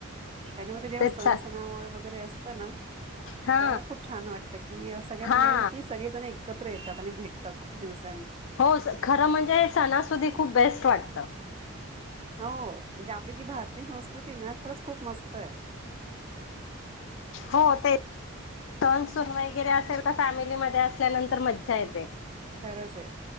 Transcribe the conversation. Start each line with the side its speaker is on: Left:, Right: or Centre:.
Right: त्याच्यामध्ये जेव्हा
Left: तेच
Right: सणसणावळ वगैरे असतं ना.
Left: हा
Right: त्या वेळेला खूप छान वाटतं की सगळ्यात
Left: हा
Right: मेन कि सगळे जण एकत्र येतात आणि भेटतात खूप दिवस.
Left: हो खरं म्हणजे सणासुधीत खूप बेस्ट वाटत.
Right: हो म्हणजे आपली जी भारतीय संस्कृती ना खरंच खूप मस्त आहे. <inaudible>
Left: हो ते. सण सून वगैरे असेल तर फॅमिलीमध्येध्ये असल्यानंतर मज्जा येते.
Right: खरंच आहे